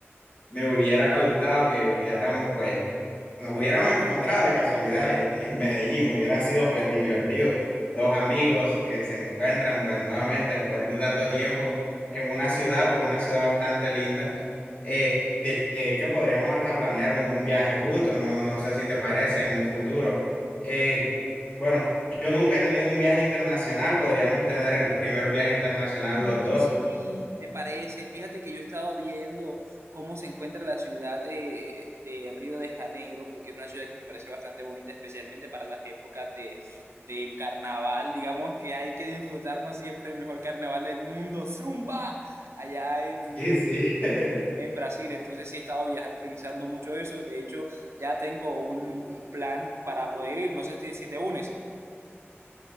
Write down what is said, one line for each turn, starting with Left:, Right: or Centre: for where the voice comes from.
Left: me hubiera gustado que hubiéramos pues nos hubiéramos encontrado de casualidad en en Medellín, hubiera sido pues divertido. Dos amigos que se encuentran pues nuevamente después de tanto tiempo en una ciudad, pues una ciudad bastante linda. Eh, de de hecho, podríamos hasta planear un, un viaje juntos, no, no sé si te parece en un futuro. Eh, bueno, yo nunca he tenido un viaje internacional, podríamos tener el primer viaje internacional
Right: Mm,
Left: los dos.
Right: Sí, me parece. Fíjate que yo he estado viendo cómo se encuentra la ciudad de, de Río de Janeiro, porque es una ciudad que me parece bastante bonita, especialmente para las épocas de, del carnaval. Digamos que hay que disfrutarnos siempre el mejor carnaval del mundo, Zumba, allá en,
Left: Sí, sí. <laughs>
Right: en Brasil. Entonces sí he estado viaja- pensando mucho eso. De hecho, ya tengo un, un plan para poder ir. No sé si si te unes.